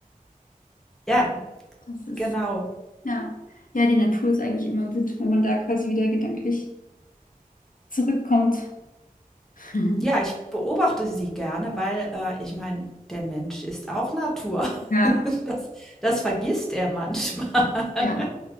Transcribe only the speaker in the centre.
Ja,
genau.
Ja, ich beobachte sie gerne, weil äh, ich meine, der Mensch ist auch Natur.
<laughs> Das, das vergisst er manchmal. <laughs>